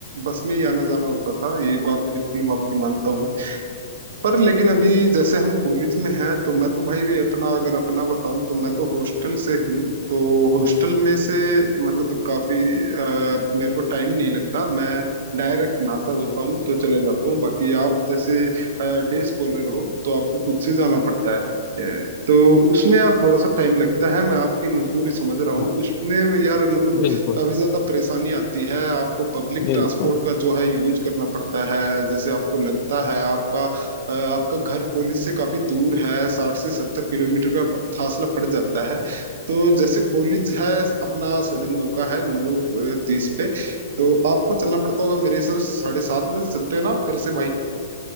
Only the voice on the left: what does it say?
हाँ
बिल्कुल
बिल्कुल